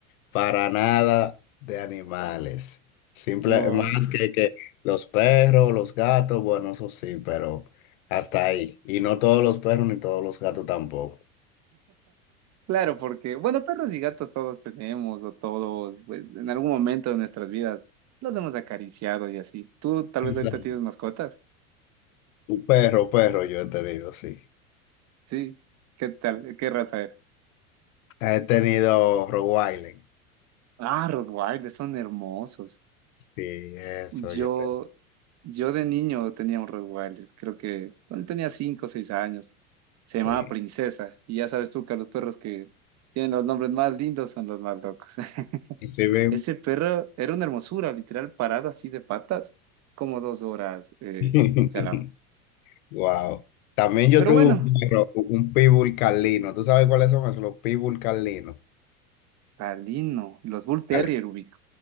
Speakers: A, on the left (about 65°); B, on the right (about 40°).
A: para nada de animales. Simple,
B: Wow.
A: más que, que los perros, los gatos, bueno, eso sí, pero hasta ahí. Y no todos los perros ni todos los gatos tampoco.
B: Claro, porque, bueno, perros y gatos todos tenemos, o todos, pues, en algún momento de nuestras vidas los hemos acariciado y así. Tú tal
A: Exacto.
B: vez ahorita tienes mascotas.
A: Perro, perro, yo te digo, sí.
B: Sí. ¿Qué tal? ¿Qué raza era?
A: He tenido Rogue Island.
B: Ah, Rottweilers son hermosos.
A: Sí, eso
B: Yo,
A: yo te...
B: yo de niño tenía un Rottweiler, creo que cuando tenía cinco o seis años, se llamaba
A: Sí.
B: Princesa, y ya sabes tú que los perros que tienen los nombres más lindos son los más locos. <laughs>
A: Y sí me-
B: Ese perro era una hermosura, literal parado así de patas, como dos horas eh,
A: <laughs>
B: este al lado.
A: Wow. También yo
B: Pero
A: tuve
B: bueno,
A: un perro, un pitbull carlino. ¿Tú sabes cuáles son esos? Los pitbull carlinos.
B: Talino, los Bull Terrier
A: Vale.
B: ubico.